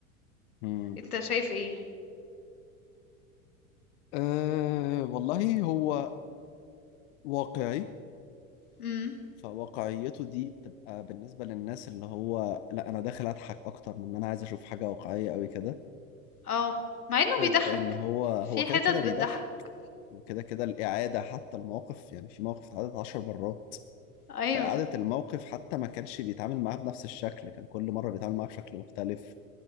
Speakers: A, on the left; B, on the left.
A: مم.
B: انت شايف ايه
A: أه والله هو واقعي
B: امم
A: فواقعيته دي بتبقى بالنسبة للناس اللي هو لا أنا داخل أضحك أكتر من إن أنا عايز أشوف حاجة واقعية أوي كده
B: اه مع
A: فكرة
B: انه بيضحك
A: إن هو هو
B: في
A: كده
B: حتت
A: كده
B: بتضحك
A: بيضحك وكده كده الإعادة حتى الموقف يعني في مواقف اتعادت عشر مرات
B: ايوه
A: فإعادة الموقف حتى ما كانش بيتعامل معاه بنفس الشكل كان كل مرة بيتعامل معاه بشكل مختلف